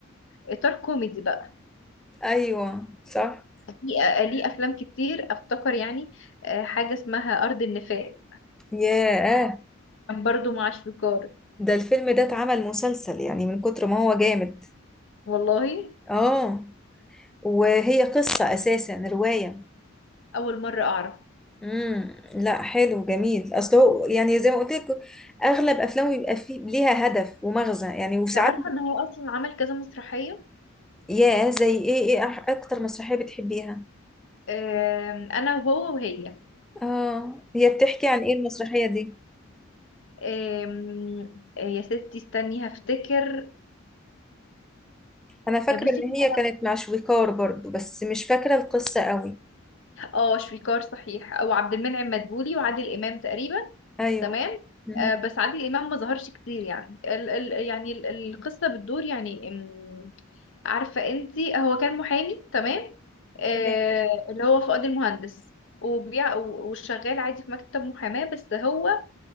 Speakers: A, on the left; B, in the centre.
A: اطار كوميدي بقى
B: ايوه صح
A: في آه، ليه افلام كتير افتكر يعني آه، حاجه اسمها ارض النفاق
B: ياه
A: كان برضو مع شويكار
B: ده الفيلم ده اتعمل مسلسل يعني من كتر ما هو جامد
A: والله
B: اه وهي قصة اساسا رواية
A: اول مره اعرف
B: امم لا حلو جميل اصل هو يعني زي ما قلت لك اغلب افلامه بيبقى فيه ليها هدف ومغزى يعني وساعات
A: أنت عارفه ان هو اصلا عمل كذا مسرحيه
B: يا زي ايه ايه أح- اكتر مسرحية بتحبيها
A: آم، انا وهو وهي
B: اه هي بتحكي عن ايه المسرحية دي
A: آم، يا ستي استني هفتكر
B: انا فاكرة
A: آه، بصي
B: ان هي كانت مع شويكار برضو بس مش فاكرة القصة قوي
A: اه شويكار صحيح او عبد المنعم مدبولي وعادل امام تقريبا
B: ايوه
A: تمام
B: مهم.
A: آه، بس عادل امام ما ظهرش كتير يعني ال ال يعني ال القصه بتدور يعني أم، عارفه انت هو كان محامي تمام آه
B: تمام
A: اللي هو فؤاد المهندس وبيع و- وشغال عادي في مكتب محاماه بس هو